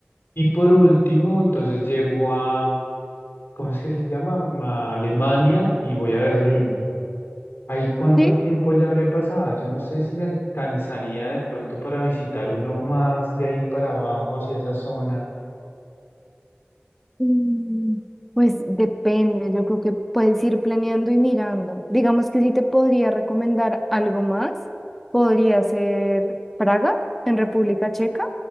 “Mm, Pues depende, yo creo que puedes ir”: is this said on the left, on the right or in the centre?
Centre